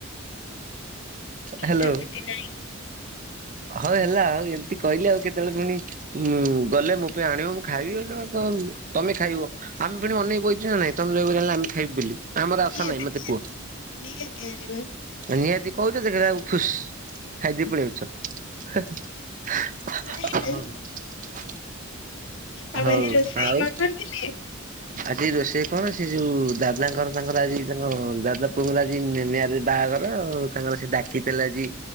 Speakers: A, on the left; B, on the right.
A: ନାଇଁ
B: ହାଲୋ
A: ସେମିତି ନାଇଁ
B: ହଉ ହେଲା ଆଉ ଏମିତି କହିଲି ଆଉ କେତେବେଳେ ପୁଣି ଉଁ- ଗଲେ ମୋ ପାଇଁ ଆଣିବ ମୁଁ ଖାଇବି ତ ତମେ ଖାଇବ ଆମେ ପୁଣି ଅନେଇ ବଇଚୁ ନା ନାଇଁ ତମେ ଯଉ <unintelligible> ଆଣିଲେ ଆମେ ଖାଇବୁ ବୋଲି। ଆମର
A: <unintelligible>
B: ଆଶା ନାହିଁ ମତେ କୁହ ନିହାତି କହୁଚ ଦେଖିଲା ବେଳକୁ ଫୁସ୍। ଖାଇଦେଇ ପଳେଇ ଆଉଚ
A: ନାଇଁ
B: ହ-
A: ନାଇଁ
B: ହଉ।
A: ଆଉ
B: ହଉ
A: ଆଜି ରୋଷେଇ
B: ଆଉ
A: କଣ କରିଥିଲେ?
B: ଆଜି ରୋଷେଇ କଣ ସେ ଯଉ ଦାଦାଙ୍କର ତାଙ୍କର ଆଜି ତାଙ୍କ ଦାଦା ପୁଅଙ୍କର‌ ଆଜି ମ୍ୟାରେଜ୍ -ବାହାଘର ଆଉ ତାଙ୍କର ସେ ଡାକିଥିଲେ ଆଜି